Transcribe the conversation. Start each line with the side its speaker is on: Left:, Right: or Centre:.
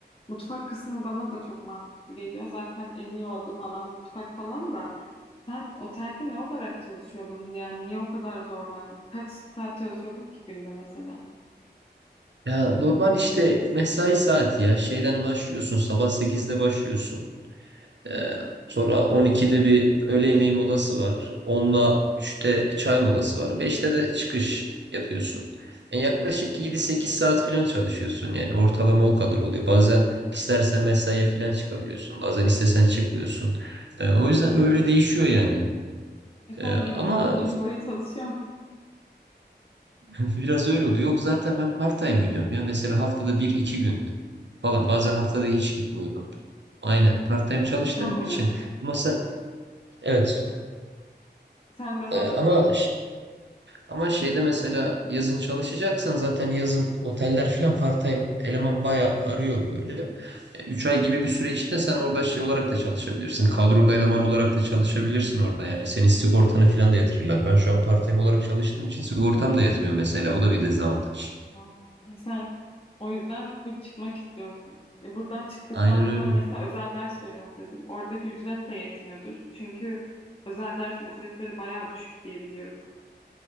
Left: Mutfak kısmı bana da çok mantıklı geliyor. Zaten en iyi olduğum alan mutfak falan da. Sen otelde ne olarak çalışıyordun? Yani niye o kadar zorlandın? Kaç saat çalışıyordun ki günde mesela?
Right: Ya normal işte mesai saati ya şeyden başlıyorsun sabah sekizde başlıyorsun. Ee,
Left: Hı hı.
Right: sonra 12'de bir öğle yemeği molası var. onla üçte çay molası var. beşte de çıkış yapıyorsun. Yani yaklaşık yedi sekiz saat falan çalışıyorsun. Yani ortalama o kadar oluyor. Bazen istersen mesaiye falan çıkabiliyorsun. Bazen istesen çıkmıyorsun. Ee, o yüzden öyle değişiyor yani.
Left: E sen
Right: Ee, ama
Left: bildiğin gün boyu çalışıyorsun.
Right: <laughs> biraz öyle oluyor. Yok zaten ben part-time gidiyorum ya. Mesela haftada bir iki gün falan.
Left: Hmm.
Right: Bazen haftada hiç gitmiyorum. Aynen part-time çalıştığım
Left: Sen bunu,
Right: için. Ama sen... Evet.
Left: Hı. sen devam
Right: Ee,
Left: et.
Right: ama Ama şeyde mesela yazın çalışacaksan zaten yazın oteller falan part-time eleman bayağı arıyor böyle. E, üç ay gibi bir süre içinde sen orada şey olarak da çalışabilirsin. Kadrolu eleman olarak da çalışabilirsin orada yani. Senin sigortanı falan da yatırırlar. Ben şu an part-time olarak çalıştığım için sigortam da yatmıyor mesela. O da bir dezavantaj.
Left: Aa, sen o yüzden full çıkmak istiyorsun. E buradan çıktıktan
Right: Aynen
Left: sonra
Right: öyle.
Left: mesela özel ders veriyorum dedin. Oradaki ücret de yetmiyordur. Çünkü özel ders ücretleri bayağı düşük diye biliyorum.